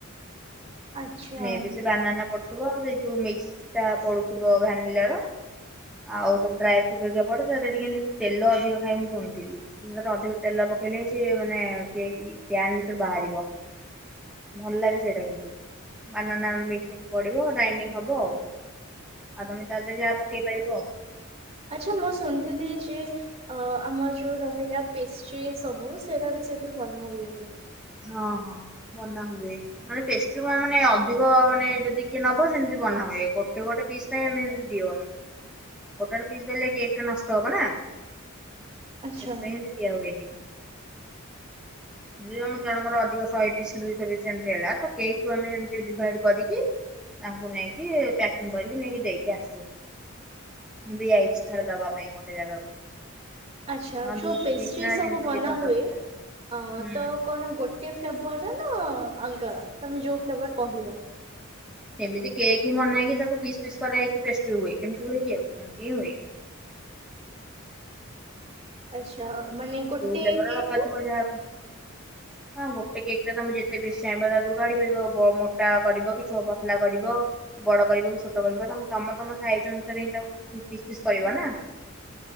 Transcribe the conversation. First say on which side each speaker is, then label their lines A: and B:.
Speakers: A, on the right (about 30°); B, in the centre.
A: ଆଚ୍ଛା।
B: ମେ ବି ସେ ବାନାନା ପଡ଼ୁଥିବ ଆଉ ସେଇ ଯୋଉ ମିକ୍ସଟା ପଡ଼ୁଥିବ ଭାନିଲାର। ଆଉ ସବୁ ଡ୍ରାଇ ଫ୍ରୁଟ୍ ହେରୀକା ପଡେ ସେଥି ଟିକି କେମିତି ତେଲ ଅଧିକ ଖାଏ ମୁଁ ଶୁଣିଥିଲି। ଅଧିକ ତେଲ ପକେଇଲେ ସେ ମାନେ କେକ ପ୍ୟାନ ଭିତରୁ ବାହାରିବ। ଭଲ ଲାଗେ ସେଇଟା କିନ୍ତୁ ବାନାନା ମିକସ ହେଇକି ପଡିବ ଡ଼ାଇଣ୍ଡିଙ୍ଗ ହବ ଆଉ। ଆଉ ତମେ ତା ଦେହରେ ଯାହା ପକେଇ ପାରିବ ଆଉ।
A: ଆଛା ମୁଁ ଶୁଣିଥିଲି ଯେ ଅ ଆମର ଯୋଉ ରହିଲା ପେଷ୍ଟ୍ରି ସବୁ ସେଟା ବି ସେଠି ବନା ହୁଏ ବୋଲି।
B: ହଁ ହଁ ବନା ହୁଏ। ମାନେ ପେଷ୍ଟ୍ରି ମାନେ ଅଧିକ ମାନେ ଯଦି କିଏ ନବ ସେମିତି ବନା ହୁଏ ଗୋଟେ ଗୋଟେ ପିସ୍ ପାଇଁ ଆମେ ଏମତି ଦିଅନି। ଗୋଟେ ଗୋଟେ ପିସ୍ ଦେଲେ କେକ ଟା ନଷ୍ଟ ହବ ନା। ସେଥିପାଇଁ
A: ଆଚ୍ଛା
B: ଏମିତି ଦିଆ ହୁଏନି। ଯଦି ଆମ ଜଣଙ୍କର ଅଧିକ ଶହେ ପିସ୍ ଦୁଇଶହ ପିସ୍ ଏମିତି ହେଲା ତ କେକ୍ କୁ ଆମେ ଏମତି ଡିଭାଇଡ କରିକି ତାଙ୍କୁ ନେଇକି ପ୍ୟାକିଂ କରିକି ନେଇକି ଦେଇକି ଆସୁ। ମୁଁ ବି ଆଇଛି ଥରେ ଦବା ପାଇଁ ଗୋଟେ ଜାଗାକୁ।
A: ଆଚ୍ଛା
B: ହଁ
A: ଯୋଉ
B: ଦୁଇଶହ
A: ପେଷ୍ଟ୍ରି
B: ପିସ୍ ନା
A: ସବୁ
B: ତିନିଶହ
A: ବନା
B: ପିସ୍ ଅର୍ଡର
A: ହୁଏ
B: ଥିଲା
A: ଅଁ
B: ହୁଁ
A: ତ କଣ ଗୋଟେ ଫ୍ଲେଭର ନା ଅଲଗା ତମେ ଯୋଉ ଫ୍ଲେବର କହିବ
B: କେମିତି କେକ୍ ହିଁ ବନା ହେକି ତାକୁ ପିସ୍ ପିସ୍ କରାଇକି ପେଷ୍ଟ୍ରି ହଏ କେମତି ହୁଏ କି ଏମତି ହିଁ ହୁଏ।
A: ଆଚ୍ଛା ମାନେ ଗୋଟେ
B: ଯଉ ଫ୍ଳେବର
A: କେକ୍
B: ପାଟିବ
A: ରେ
B: ଯାଆକୁ। ହଁ ଗୋଟେ କେକ୍ ରେ ତମେ ଯେତେ ପିସ ଚାଇଁବା ତା ଦୁରୁ କାଢି ପାରିବ ମୋଟା କରିବ କି ଛଅଆ ପତଲା କରିବ। ବଡ କରିବ କି ଛୋଟ କରିବ ତା ତମ ତମ ସାଇଜ୍ ଅନୁସାରେ ହିଁ ତାକୁପିସ୍‌ ପିସ୍‌ କରିବ ନା।